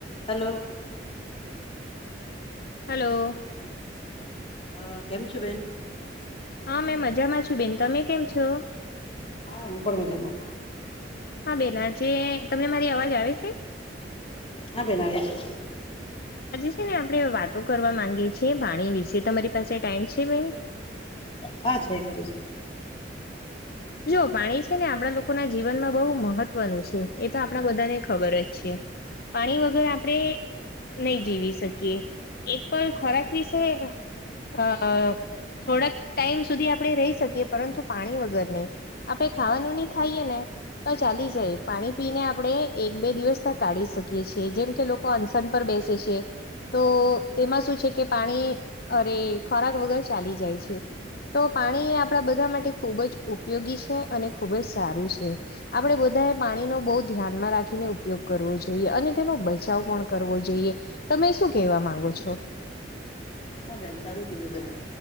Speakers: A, on the left; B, on the left.
A: Hello.
B: Hello.
A: હ, કેમ છો બેન?
B: હા મેં મજામાં છું બેન તમે કેમ છો?
A: હા હું પણ મજામાં.
B: હા બેન આજે તમૅ મારી અવાજ આવે છે?
A: હા બેન આવે છે.
B: આજે છે ને આપણે વાતો કરવા માંગીએ છીએ પાણી વિશે, તમારી પાસે ટાઈમ છે બેન?
A: હા છે કરી શકીએ.
B: જો પાણી છે ને આપણા લોકોના જીવનમાં બહુ મહત્વનું છે, એ તો આપણા બધાને ખબર જ છે. પાણી વગર આપણે નહી જીવી શકીએ એક પણ ખોરાક વિશે અ થોડાક ટાઈમ સુધી આપણે રહી શકીએ, પરંતુ પાણી વગર નહીં. આપણે ખાવાનું નહિ ખાઈએે ને તો ચાલી જાય પાણી પીને આપડે એક બે દિવસ કાઢી શકીએ છીએ જેમ કે લો કોન્સન પર બેસે છે. તો તેમાં શું છે કે પાણી અરે ખોરાક વગર ચાલી જાય છે. તો પાણી એ આપણા બધા માટે ખૂબ જ ઉપયોગી છે અને ખૂબ જ સારું છે. આપણે બધાએ પાણીનો બહુ ધ્યાનમાં રાખીને ઉપયોગ કરવો જોઈએ અને તેનો બચાવ પણ કરવો જોઈએ તમે શું કેહેવા માંગો છો?
A: હા બેન સારું કીધું તમે